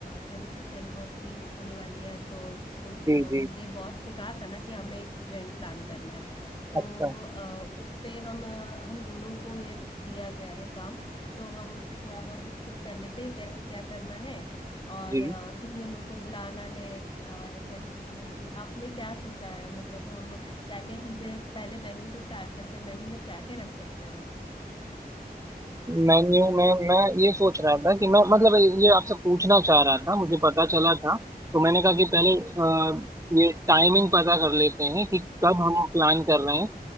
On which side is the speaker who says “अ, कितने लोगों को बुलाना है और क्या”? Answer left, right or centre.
Left